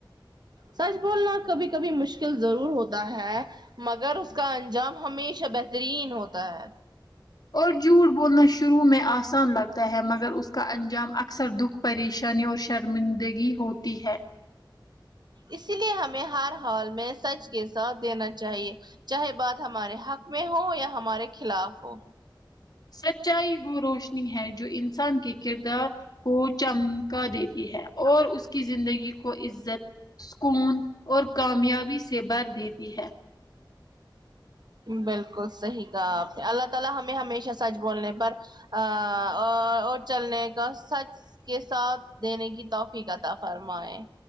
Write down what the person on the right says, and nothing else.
سچ بولنا کبھی کبھی مشکل ضرور ہوتا ہے مگر اس کا انجام ہمیشہ بہترین ہوتا ہے
اسلیے ہمیں ہر ہال میں سچ کے ساتھ دینا چاہیے چاہے بات ہمارے حق میں ہو یا ہمارے خلاف ہو
بالکل صحیح کہا آپ نے اللہ تعالی ہمیں ہمیشہ سچ بولنے پر آ آ اور چلنے کا سچ کے ساتھ دینے کی توفیق عطا فرمائے